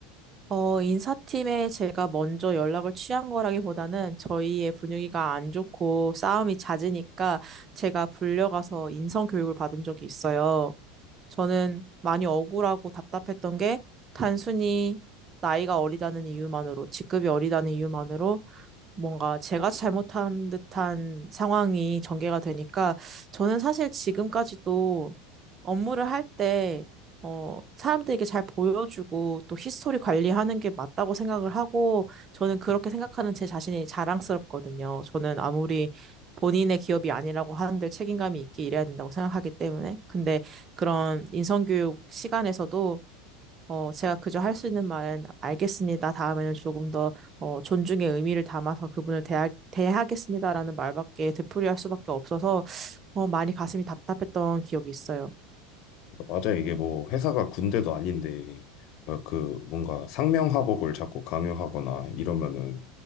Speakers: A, on the right; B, on the left.
A: 어, 인사팀에 제가 먼저 연락을 취한 거라기보다는 저희의 분위기가 안 좋고 싸움이 잦으니까 제가 불려가서 인성 교육을 받은 적이 있어요. 저는 많이 억울하고 답답했던 게 단순히 나이가 어리다는 이유만으로, 직급이 어리다는 이유만으로 뭔가 제가 잘못한 듯한 상황이 전개가 되니까 저는 사실 지금까지도 업무를 할 때, 어, 사람들에게 잘 보여주고 또 히스토리 관리하는 게 맞다고 생각을 하고 저는 그렇게 생각하는 제 자신이 자랑스럽거든요. 저는 아무리 본인의 기업이 아니라고 하는데 책임감이 있게 일해야 된다고 생각하기 때문에. 근데 그런 인성교육 시간에서도 어, 제가 그저 할 수 있는 말은 알겠습니다. 다음에는 조금 더 어, 존중의 의미를 담아서 그분을 대하, 대하겠습니다라는 말밖에 되풀이할 수밖에 없어서 어, 많이 가슴이 답답했던 기억이 있어요.
B: 맞아. 이게 뭐 회사가 군대도 아닌데 어, 그 뭔가 상명하복을 자꾸 강요하거나 이러면은